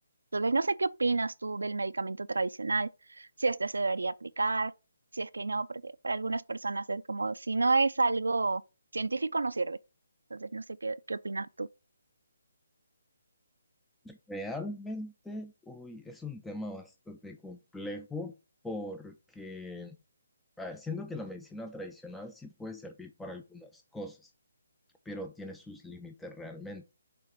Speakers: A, on the right; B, in the centre.
A: Entonces, no sé qué opinas tú del medicamento tradicional, si este se debería aplicar, si es que no, porque para algunas personas es como, si no es algo científico, no sirve. Entonces, no sé qué, qué opinas tú.
B: Realmente, uy, es un tema bastante complejo porque, a ver, siento que la medicina tradicional sí puede servir para algunas cosas, pero tiene sus límites realmente.